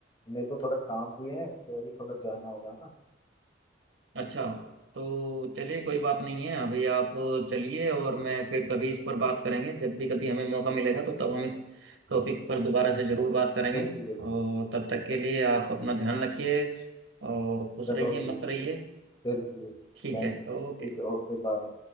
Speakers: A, on the left; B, on the right.
A: मेरे को थोड़ा काम भी है तो अभी थोड़ा जाना होगा ना
B: अच्छा तो चलिए कोई बात नहीं है अभी आप चलिए और मैं फिर कभी इस पर बात करेंगे जब भी कभी हमें मौका मिलेगा तो तब हम इस टॉपिक पर दोबारा से ज़रूर बात करेंगे
A: बिल्कुल बिल्कुल
B: और तब तक के लिए आप अपना ध्यान रखिए और खुश
A: चलो
B: रहिए
A: ठीक
B: मस्त रहिए
A: है बिल्कुल बिल्कुल
B: ठीक
A: Thank
B: है
A: you
B: ओके
A: ठीक है ओके बाय